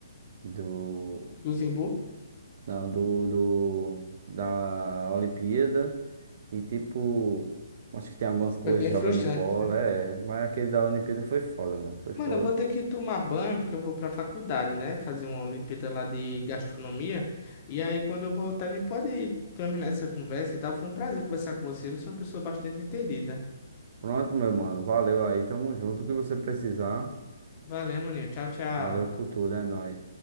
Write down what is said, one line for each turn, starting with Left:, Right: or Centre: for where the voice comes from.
Right: Do.
Left: Do Zimbu.
Right: Não, do. do da Olimpíada. E tipo, acho que tem algumas coisas
Left: Foi bem
Right: jogando
Left: frustrante,
Right: bola,
Left: né
Right: é. Mas aquele da Olimpíada foi foda, mano. Foi
Left: Mano,
Right: foda.
Left: eu vou ter que tomar banho porque eu vou pra faculdade, né? Fazer uma Olimpíada lá de gastronomia. E aí, quando eu voltar, a gente pode terminar essa conversa e tal. Foi um prazer conversar com você. Você é uma pessoa bastante entendida.
Right: Pronto, meu mano. Valeu aí, tamo junto. O que você precisar.
Left: Valeu, maninho. Tchau, tchau.
Right: Valeu por tudo, é nóis.